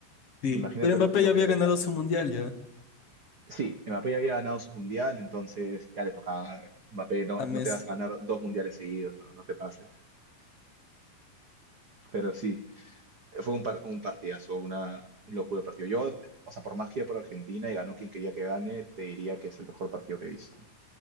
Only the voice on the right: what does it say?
Imagínate
lo, lo
que...
Sí, Mbappé ya había ganado su mundial, entonces ya le tocaba. Mbappé, no,
no te vas a ganar dos mundiales seguidos, no, no te pases. Pero sí, fue un, par- un partidazo, una locura de partido. Yo, o sea, por más que iba por Argentina y ganó quien quería que gane, te diría que es el mejor partido que he visto.